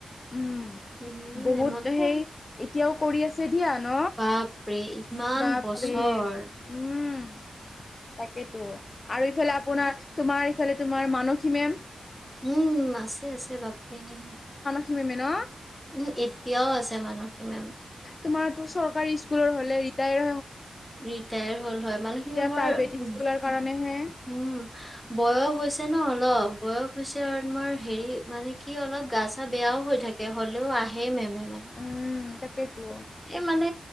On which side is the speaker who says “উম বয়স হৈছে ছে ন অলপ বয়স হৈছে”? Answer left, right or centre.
Centre